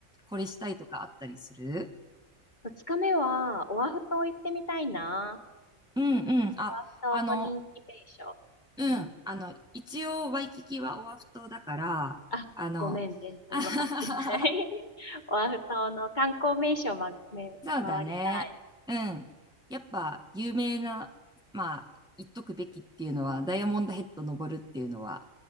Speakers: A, in the centre; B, on the left.
A: これしたいとかあったりする
B: 二日目は、オアフ島行ってみたいな。
A: うんうん。あ、
B: オアフ島の人気名所。
A: あの、うん。
B: うん。
A: あの、一応、ワイキキはオアフ島だから、
B: あ、
A: あの、
B: ごめん、全然分かってない
A: <laughs>
B: <laughs> オアフ島の観光名所をま、め、
A: そうだね。
B: 回りたい。
A: うん。やっぱ有名な、まあ、言っとくべきっていうのは、ダイヤモンドヘッド登るっていうのは